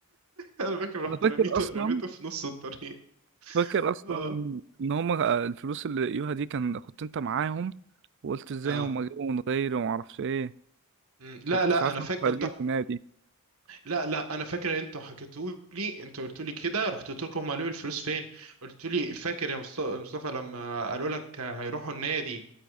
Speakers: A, on the right; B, on the right.
A: انا فاكر رحت
B: انا فاكر
A: رميته
B: اصلا
A: رميته في نص الطريق
B: فاكر اصلا
A: اه
B: ان هم الفلوس اللي لقيوها دي كان كنت انت معاهم وقلت ازاي
A: اه
B: هم جابوا من غيري وما اعرفش ايه
A: مم. لا
B: وكنت
A: لا
B: ساعات
A: انا
B: كنا
A: فاكر
B: خارجين
A: انت
B: في نادي
A: لا لا انا فاكر ان انتوا حكيتوا لي انتوا قلتوا لي كده رحت قلت لكم هم لقوا الفلوس فين قلت لي فاكر يا مصط- مصطفى لما قالوا لك هيروحوا النادي